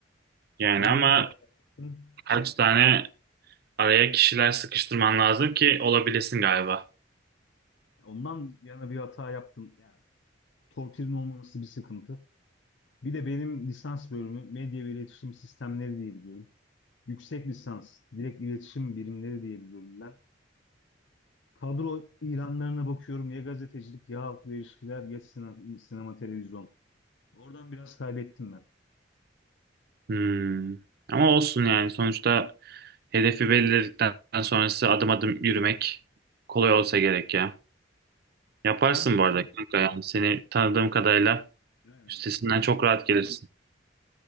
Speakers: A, on the right (about 55°); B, on the left (about 80°).
A: Yani
B: Ben
A: ama
B: nerede hata yaptım?
A: kaç tane araya kişiler sıkıştırman lazım ki olabilesin galiba.
B: Ondan yana bir hata yaptım. Yani torpilin olmaması bir sıkıntı. Bir de benim lisans bölümü medya ve iletişim sistemleri diye bir bölüm yüksek lisans, direkt iletişim birimleri diye bir bölümden. Kadro ilanlarına bakıyorum. Ya gazetecilik ya halkla ilişkiler ya sinema, sinema televizyon. Oradan biraz kaybettim ben.
A: Hmm. Ama olsun yani sonuçta hedefi belirledikten sonrası adım adım yürümek kolay olsa gerek ya. Yaparsın
B: Sen
A: bu arada
B: direkt
A: kanka yani seni tanıdığım kadarıyla
B: yani,
A: üstesinden çok rahat gelirsin.